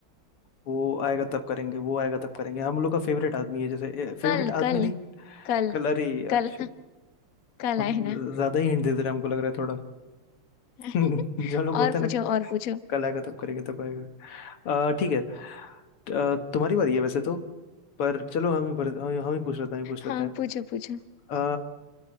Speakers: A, on the left (about 85°); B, on the left (about 60°).
A: वो आएगा तब करेंगे वो आएगा तब करेंगे हम लोग का फेवरेट आदमी है जैसे फेवरेट
B: कल कल
A: आदमी नहीं
B: कल
A: कलर ही यार
B: कल
A: shit,
B: कल
A: हम
B: आएगा
A: ज्यादा ही हिंट दे दे रहे हैं हमको लग रहा है थोड़ा <laughs>
B: <laughs>
A: जो हम लोग
B: और
A: बोलते हैं
B: पूछो
A: ना
B: और पूछो
A: कल आएगा तब करेंगे तब आएगा अ, ठीक है अ, तुम्हारी बारी है वैसे तो पर चलो हम ही भर, हम हम ही पूछ लेते हैं हम ही पूछ
B: हाँ
A: लेते हैं
B: पूछो पूछो
A: अ,